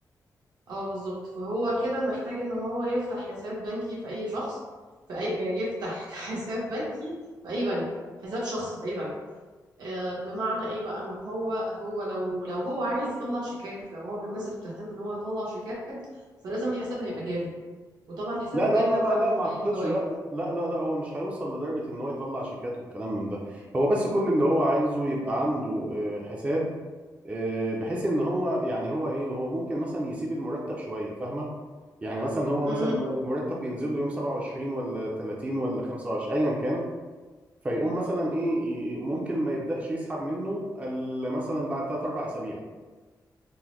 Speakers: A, on the right; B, on the right.
A: اه بالظبط فهو كده محتاج ان هو يفتح حساب بنكي في اي شخص في اي يفتح <laughs> حساب بنكي في اي بنك حساب شخصي في اي بنك آه، بمعنى ايه بقى ان هو هو لو لو هو عايز يطلع شيكات لو هو من الناس اللي بتهتم ان هو يطلع شيكات فلازم الحساب هيبقى جاري وطبعا الحساب
B: لا
A: الجاري
B: لا لا
A: ده
B: لا
A: ما عليهوش
B: لا ما اعتقدش
A: اي فوائد
B: لا لا لا لا هو مش هيوصل لدرجة ان هو يطلع شيكات والكلام من ده هو بس كل اللي هو عايزه يبقى عنده آه، حساب آه، بحيث ان هو يعني هو ايه هو ممكن مثلا يسيب المرتب شوية فاهمة يعني مثلا هو
A: امم
B: مثلا المر- المرتب بينزل له يوم 27 ولا 30 ولا 25 ايا كان فيقوم مثلا ايه ي- ممكن ما يبدأش يسحب منه الا مثلا بعد 3 4 اسابيع